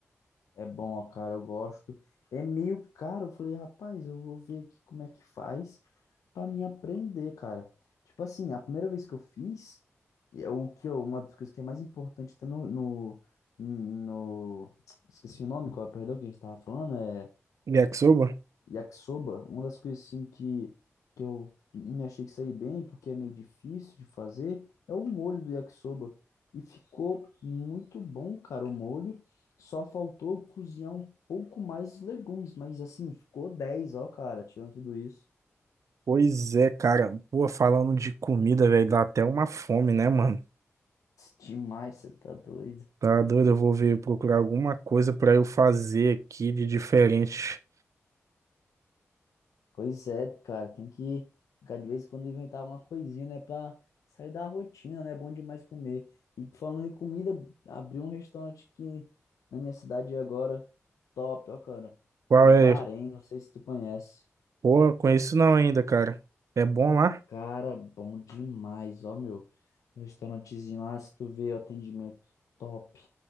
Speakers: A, on the left; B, on the right.
A: É bom, ó, cara, eu gosto. É meio caro. Eu falei, rapaz, eu vou ver aqui como é que faz pra mim aprender, cara. Tipo assim, a primeira vez que eu fiz, e é o que eu- uma das coisas que é mais importante até no, no, no- esqueci o nome, qual é, perdão, que a gente tava falando, é
B: Yakisoba?
A: Yakisoba, uma das coisas assim que, que eu me achei que saí bem, porque é meio difícil de fazer, é o molho do yakisoba. E ficou muito bom, cara, o molho. Só faltou cozinhar um pouco mais os legumes, mas assim, ficou 10, ó, cara, tirando tudo isso.
B: Pois é, cara. Pô, falando de comida, velho, dá até uma fome, né, mano?
A: Demais, você tá doido.
B: Tá doido? Eu vou ver procurar alguma coisa pra eu fazer aqui de diferente.
A: Pois é, cara, tem que ficar de vez em quando inventar alguma coisinha, né, pra sair da rotina, né? É bom demais comer. E falando em comida, abri um restaurante aqui na minha cidade agora, top, ó, cara.
B: Qual
A: O
B: é?
A: Bahrein, não sei se tu conhece.
B: Pô, eu conheço não ainda, cara. É bom lá?
A: Cara, bom demais, ó, meu. Um restaurantezinho lá, se tu vê, o atendimento top.